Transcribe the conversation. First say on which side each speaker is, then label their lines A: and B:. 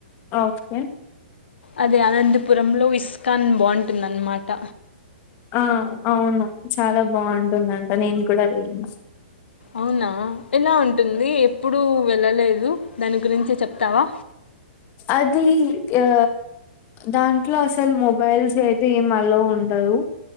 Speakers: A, on the left (about 35°); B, on the left (about 75°).
A: ఓకే
B: అదే అనంతపురంలో ఇస్కాన్ బాగుంటుందన్నమాట
A: ఆ అవును చాలా బాగుంటుందంట నేను కూడా వెళిన
B: అవునా ఎలా ఉంటుంది ఎప్పుడూ వెళ్ళలేదు దాని గురించి చెప్తావా
A: అది ఆ దాంట్లో అసలు మొబైల్స్ అయితే ఏం అలో ఉండదు